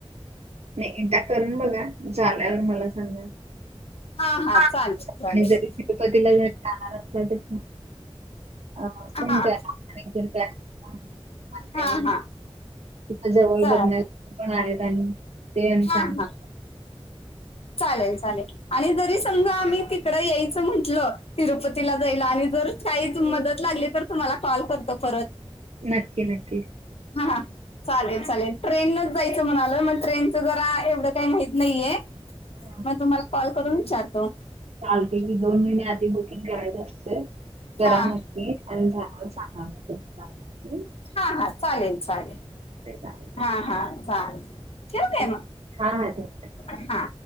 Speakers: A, on the right; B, on the left.
A: नाही एकदा करून बघा झाल्यावर मला सांगा.
B: हा हा चालेल
A: आणि
B: चालेल
A: जरी तिरुपतीला जरी जाणार असला तरी पण अ फोन
B: हा
A: करा <unintelligible>
B: हा
A: त्यावेळेस
B: हा
A: ति जवळ
B: चालेल
A: बघण्या पण आले आणि ते आणि
B: हा
A: सांगच
B: हा चालेल चालेल. आणि जरी समजा आम्ही तिकडं यायचं म्हटलं, तिरुपतीला जायला आणि जर काहीच मदत लागली तर तुम्हाला कॉल करतो परत.
A: नक्की नक
B: हा. हा. चालेल. चालेल. ट्रेननच जायचं म्हणालोय मग ट्रेनचं जरा एवढं काही माहत नाहीये.
A: हा.
B: मग तुम्हाला कॉल करून विचारतो.
A: चालते की दोन महिने आधी बुकिंग करायच असते करा
B: हा
A: म्हणते. आणि झाल्यावर सांगा चालंतय हंम.
B: हा. हा. चालेल. चालेल.
A: चालतंय.
B: हा. हा. चालेल ठेव का?
A: हं.
B: मग
A: हा. ह. ठेव.
B: हा.